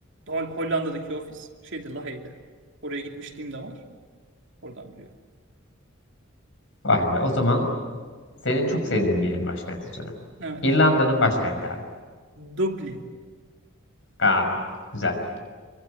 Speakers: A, on the right; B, on the left.
A: Hol- Hollanda'daki ofis şeyde Lahey'de. Oraya gitmişliğim de var. Oradan biliyorum.
B: Vay be. O zaman senin çok sevdiğin bir yerin başkenti sorayım.
A: Evet.
B: İrlanda'nın başkenti abi.
A: Dublin.
B: Aa, güzel.